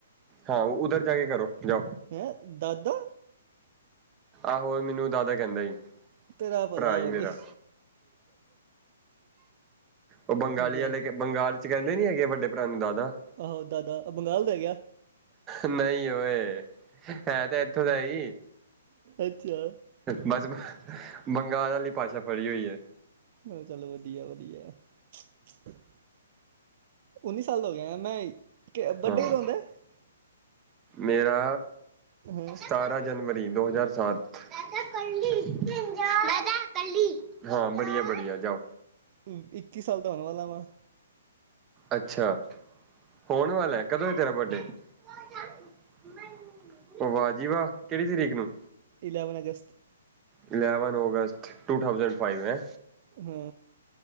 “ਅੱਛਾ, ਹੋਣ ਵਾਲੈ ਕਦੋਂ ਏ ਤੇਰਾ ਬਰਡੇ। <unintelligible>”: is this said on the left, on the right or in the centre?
Right